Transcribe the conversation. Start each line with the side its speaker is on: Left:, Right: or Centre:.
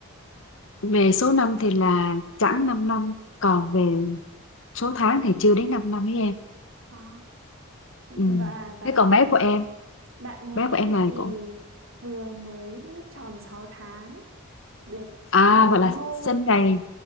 Left: Về số năm thì là chẳng 5 năm, còn về số tháng thì chưa đến 5 năm với em.
Right: À, và
Left: Ừ.
Right: và
Left: Thế còn
Right: và
Left: bé của em,
Right: bạn nhà
Left: bé
Right: em
Left: của em là
Right: thì
Left: cũng
Right: vừa mới tròn 6 tháng được
Left: à
Right: 3 4
Left: gọi là
Right: hôm
Left: sinh ngày
Right: và